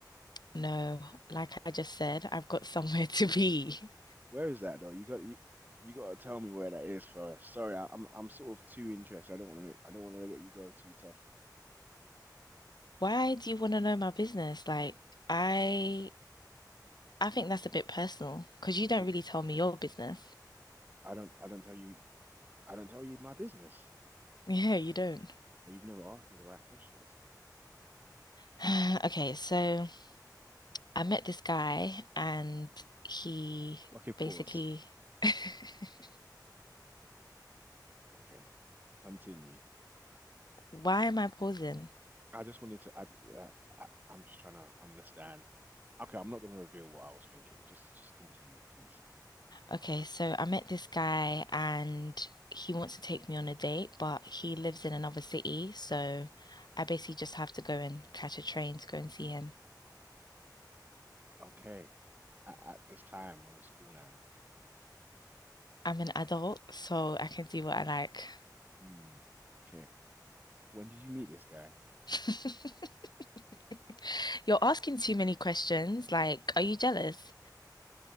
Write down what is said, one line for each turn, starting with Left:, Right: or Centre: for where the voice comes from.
Left: No, like I just said, I've got somewhere to be.
Right: Where is that though? You got you, you got to tell me where that is first. Sorry, I, I'm I'm sort of too interested. I don't want to I don't want to let you go too tough.
Left: Why do you want to know my business? Like, I I think that's a bit personal because you
Right: You
Left: don't
Right: think
Left: really tell me your business. <laughs>
Right: I don't I don't tell you I don't tell you my business.
Left: Yeah, you don't.
Right: Well, you've never asked me the right questions.
Left: <sighs> Okay, so I met this guy and he
Right: Okay, pause.
Left: basically <laughs>
Right: Okay, continue.
Left: Why am I pausing?
Right: I just wanted to I, I I- I'm just trying to understand. Okay, I'm not going to reveal what I was thinking. Just just continue, please.
Left: Okay, so I met this guy and he wants to take me on a date, but he lives in another city, so I basically just have to go and catch a train to go and see him.
Right: Okay. At, at this time on a school night.
Left: I'm an adult, so I can do what I like.
Right: Hmm. Okay. When did you meet this guy?
Left: <laughs> You're asking too many questions. Like, are you jealous?